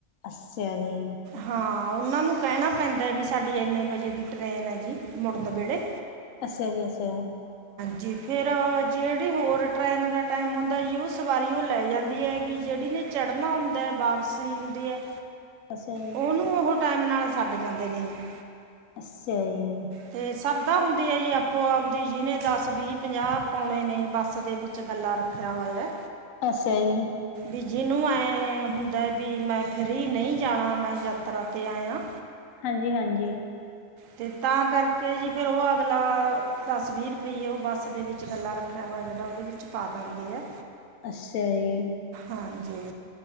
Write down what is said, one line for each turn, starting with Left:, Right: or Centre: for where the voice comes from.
Left: ਅੱਸ਼ਾ ਜੀ।
Right: ਹਾਂ ਉਹਨਾਂ ਨੂੰ ਕਹਿਣਾ ਪੈਂਦਾ ਵੀ ਸਾਡੀ ਇੰਨੇ ਵਜੇ ਦੀ ਟੇਨ ਹੈ ਜੀ, ਮੁੜਨ ਵੇਲੇ।
Left: ਅੱਛਾ ਜੀ ਅੱਛਾ
Right: ਜੀ ਫਿਰ ਜਿਹੜੀ ਹੋਰ ਟ੍ਹੇਨ ਦਾ ਟਾਈਮ ਆਉਂਦਾ ਜੀ ਉਹ ਸਵਾਰੀ ਉਹ ਲੈ ਜਾਂਦੀ ਹੈ। ਵੀ ਜਿਹੜੀ ਨੇ ਚੜ੍ਹਨਾ ਹੁੰਦਾ ਵਾਪਸੀ ਹੁੰਦੀ ਹੈ।
Left: ਅੱਛਾ ਜੀ
Right: ਉਹਨੂੰ ਉਹ ਟਾਈਮ ਨਾਲ ਛੱਡ ਜਾਂਦੇ ਨੇ ਜੀ
Left: ਅੱਛਾ ਜੀ
Right: ਤੇ ਸਰਦਾ ਹੁੰਦੀ ਹੈ। ਜੀ ਆਪੋ ਆਪਦੀ ਜਿਹਨੇ ਦੱਸ ਵੀਹ ਪੰਜਾਹ ਪਾਉਣੇ ਨੇ ਬੱਸ ਦੇ ਵਿੱਚ ਗੱਲਾਂ ਰੱਖਿਆ ਹੋਇਆ ਹੈ।
Left: ਅੱਛਾ ਜੀ
Right: ਵੀ ਜਿਹਨੂੰ ਐ ਹੁੰਦਾ ਵੀ ਮੈਂ ਫਰੀ ਨਹੀ ਜਾਣਾ ਮੈਂ ਯਾਤਰਾ ਤੇ ਆਇਆ
Left: ਹਾਂਜੀ ਹਾਂਜੀ
Right: ਤੇ ਤਾਂ ਕਰਕੇ ਜੀ ਫਿਰ ਉਹ ਅਗਲਾ ਦਸ ਵੀਹ ਰੁਪਈਏ ਉਹ ਬੱਸ ਦੇ ਵਿੱਚ ਗੱਲਾ ਰੱਖਿਆ ਹੋਇਆ ਜਿਹੜਾ ਉਹਦੇ ਵਿੱਚ ਪਾਦਿੰਦੇ ਆ।
Left: ਅੱਛਾ ਜੀ
Right: ਹਾਂਜੀ